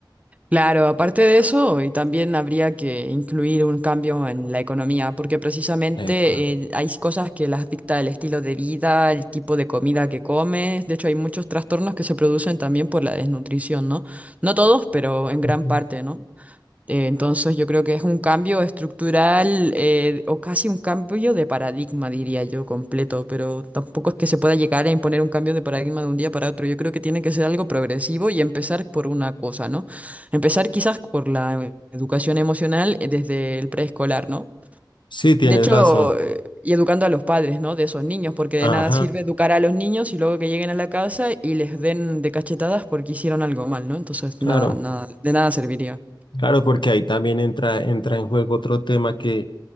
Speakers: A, on the right; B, on the left.
A: Claro, aparte de eso, y también habría que incluir un cambio en la economía, porque precisamente
B: Epa.
A: eh, hay cosas que las dicta el estilo de vida, el tipo de comida que comes. De hecho, hay muchos trastornos que se producen también por la desnutrición, ¿no? No todos, pero en gran
B: Ujú.
A: parte, ¿no? Eh, entonces yo creo que es un cambio estructural eh, o casi un cambio de paradigma, diría yo, completo, pero tampoco es que se pueda llegar a imponer un cambio de paradigma de un día para otro. Yo creo que tiene que ser algo progresivo y empezar por una cosa, ¿no? Empezar quizás por la eh, educación emocional eh, desde el preescolar, ¿no?
B: Sí, tienes
A: De hecho,
B: razón.
A: eh, y educando a los padres, ¿no? De esos niños, porque
B: Ajá,
A: de nada sirve educar a los niños y luego que lleguen a la casa y les den de cachetadas porque hicieron algo mal, ¿no? Entonces,
B: claro.
A: nada, nada, de nada serviría.
B: Claro, porque ahí también entra, entra en juego otro tema que